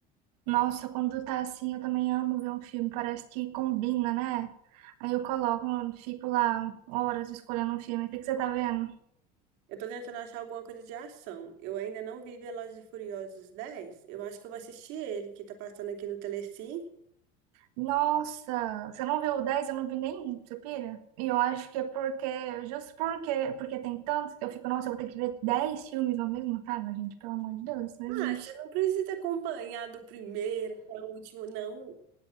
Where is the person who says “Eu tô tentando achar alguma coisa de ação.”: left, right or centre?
Right